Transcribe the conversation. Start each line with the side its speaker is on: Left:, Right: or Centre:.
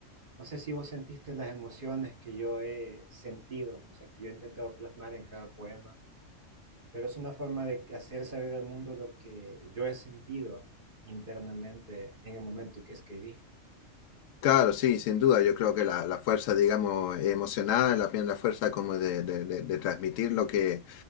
Right: no sé si vos sentiste las emociones que yo he sentido, o sea, que yo he intentado plasmar en cada poema, pero es una forma de hacer saber al mundo lo que yo he sentido internamente en el momento que escribí.
Left: Claro, sí, sin duda. Yo creo que la, la fuerza, digamos, emocional, la, la fuerza como de, de- de- de transmitir lo que,